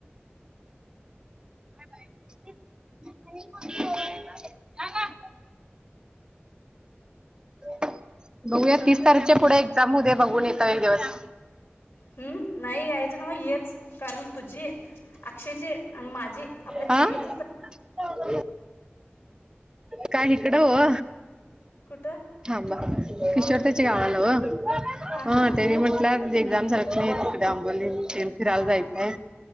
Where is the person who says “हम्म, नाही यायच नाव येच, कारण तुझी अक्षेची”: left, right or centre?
Left